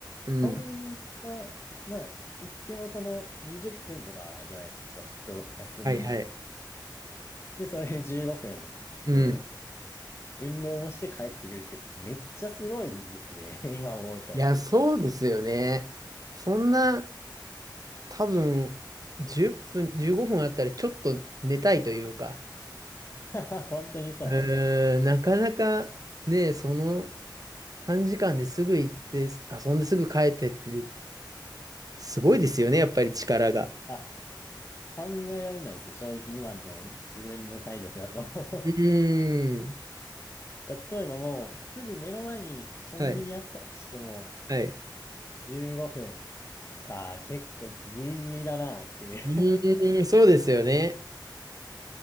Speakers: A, on the right; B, on the left.
A: うん。
B: そんな、まあ、言ってもその20分とかじゃないですか、きっと休み。
A: はいはい。
B: で、それ15分で、
A: うん。
B: 運動もして帰ってくるってめっちゃすごいですね、<laughs> 今思うと。
A: いや、そうですよね。そんな、多分、10分、15分あったらちょっと寝たいというか、
B: <laughs> 本当にそう。
A: えーなかなかね、その短時間ですぐ行って、遊んですぐ帰ってって、すごいですよね、やっぱり力が。
B: あ考えられないですね。正直今の自分の体力だと
A: うーん。
B: <laughs> 例えばもうすぐ目の前にコンビニあったとしても
A: はい。はい。
B: 15分か結構ギリギリだなっていう
A: うーん、そうですよね。